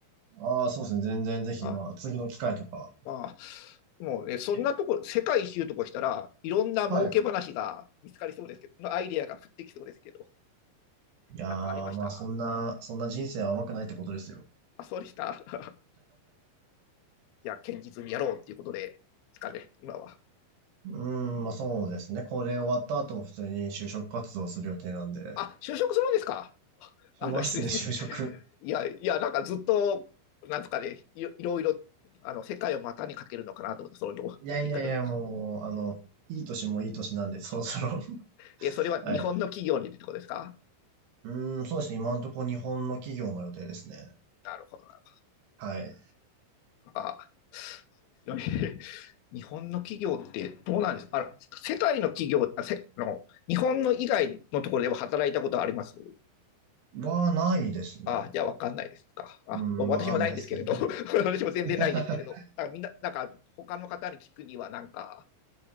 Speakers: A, on the right; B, on the left.
A: ああ、そうですね。全然ぜひ、
B: あ
A: まあ、次の機会とか。
B: あ、もうね、そんなとこ、
A: え
B: 世界一周とかしたらいろんな儲け話が見つかりそうですけど、
A: はい。
B: のアイデアが降ってきそうですけど、
A: いやー、
B: なんかありました
A: まあ、そんな、そんな人生は甘くないってことですよ。
B: あ、そうでした。<laughs> いや、堅実にやろうっていうことで、ですかね、今は。
A: うーん、まあ、そうですね。これ終わった後も普通に就職活動する予定なんで、
B: あ、就職するんですか
A: しますね、
B: あの、失礼ですけど。
A: 就職。
B: いや、いや、なんかずっと、なんですかね、いろいろいろ、あの、世界を股にかけるのかなと思って、そういうの言い方だった。
A: いやいやいや、もう、あの、いい年もいい年なんで、そろそろ <laughs>
B: え、それは日本の企業にってことですか
A: はい。うーん、そうですね。今のところ日本の企業の予定ですね。
B: なるほどな。
A: はい。
B: あ、<laughs> 日本の企業ってどうなんですかあの世界の企業あせの、日本の以外のところでも働いたことはあります
A: は、ないですね。
B: あじゃあ分かんないですか。あ私もないんですけれど、
A: うん、わかんないですね。
B: <laughs> 私も全然ないんですけれど、
A: <laughs>
B: なんかみんな、なんか他の方に聞くには、なんか、